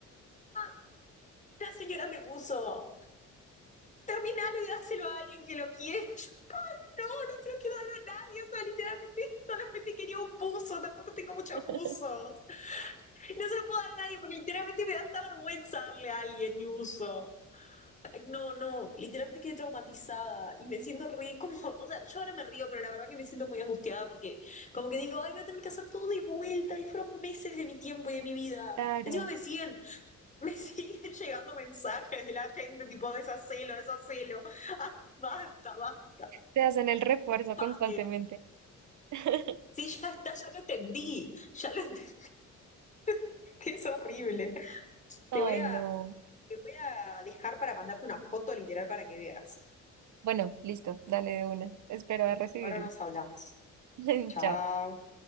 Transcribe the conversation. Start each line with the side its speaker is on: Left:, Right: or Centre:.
Left: Ah, La señora me puso, terminalo y dáselo a alguien que lo quiera. No, no se lo quiero dar a nadie, o sea, literalmente <laughs> solamente quería un buzo, tampoco tengo muchos
Right: <laughs>
Left: buzos. No se lo puedo dar a nadie porque literalmente me da hasta vergüenza darle a alguien mi buzo. Ay, no, no, literalmente quedé traumatizada y me siento re, como, o sea, yo ahora me río, pero la verdad que me siento muy angustiada porque como que digo, ay, voy a tener que hacer todo de vuelta y fueron meses de mi tiempo y de mi vida.
Right: Claro,
Left: Encima me siguen, me <laughs> siguen llegando mensajes de la gente tipo, deshacelo, deshacelo. Ay, basta, basta,
Right: te hacen el refuerzo
Left: paren.
Right: constantemente. <laughs>
Left: Sí, ya está, ya lo entendí, ya lo entendí, <laughs> es horrible. Te
Right: Ay,
Left: voy a,
Right: no.
Left: te voy a dejar para mandarte una foto literal para que veas.
Right: Bueno, listo, dale de una. Espero a recibirlo.
Left: Ahora nos hablamos.
Right: <laughs>
Left: Chao.
Right: Chao.